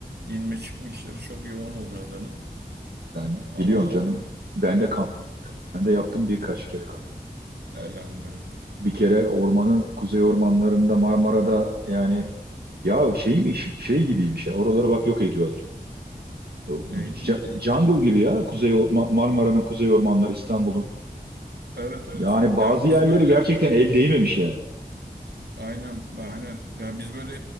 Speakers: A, on the right; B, on the right.
A: İnme çıkma işleri çok yoğun oluyor oranın.
B: ben
A: Ama
B: biliyorum canım. Ben de kamp. Ben de yaptım birkaç kere kamp.
A: helal be.
B: bir kere ormanın kuzey ormanlarında Marmara'da yani ya şey mi şey gibiymiş ya oraları bak yok ediyorlar. O
A: İyi.
B: j- Jungle gibi ya kuzey Or- Ma- Marmara'nın kuzey ormanları İstanbul'un.
A: Evet evet.
B: Yani bazı
A: Ya
B: yerleri
A: biz böyle
B: gerçekten el değmemiş yani.
A: Aynen, aynen. Ya biz böyle